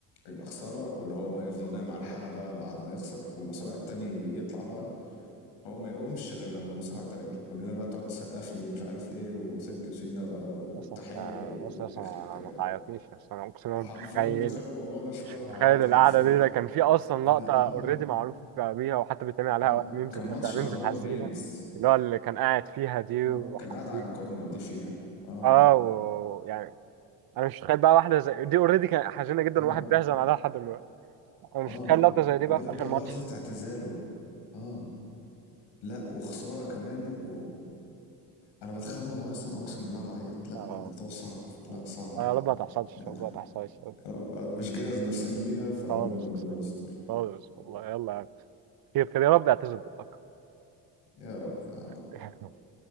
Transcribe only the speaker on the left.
يبقى خساره واللي هو بقى يفضل نايم على الحلبه بعد ما يخسر والمصارع التاني يطلع بقى هو ما يقومش غير لما المصارعة التانية تطلع والجماهير بقى تقعد تسقف له ومش عارف ايه وثانك يو سينا بقى والتحية
ويخلع
كده
بقى
أنا
حرفيا متخيل الموضوع ده شوية
وهعيط
حرفيا
أنا
آه
آه
كان
ماتش
بعد رومان
رينز
آه
كان قاعد على الكورنر دي فيها آه
آه
آه
ما
بالك
بقى
لحظة اعتزاله آه لا وخسارة كمان و... أنا بتخيل الموضوع أصلا أقسم بالله هعيط لا
الموضوع صعب لا
صعب
أوي
يعني
أنا أنا مش جاهز نفسيا ليها فعموما
ربنا
يستر
يا رب يا عم